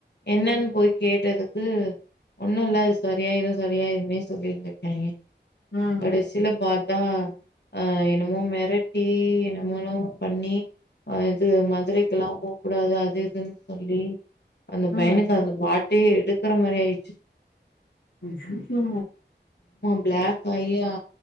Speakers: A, on the left; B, on the left.
A: என்னன்னு போய் கேட்டதுக்கு ஒன்னு இல்ல அது சரியாயிரும் சரியாயிரும்னே சொல்லிருந்திருக்காய்ங்க
B: ஆ
A: கடைசில பாத் அ அஹ் என்னமோ மெரட்டி என்னமொனோ பண்ணி ஆஹ் இது மதுரைக்குலா போ கூடாது அத் அது இதுன்னு சொல்லி அந்த பையனுக்கு
B: ஆ
A: அந்த பாட் டே எடுக்கிற மாரி அயிருச்சு
B: அய்யோ
A: பிளாக்காகி அ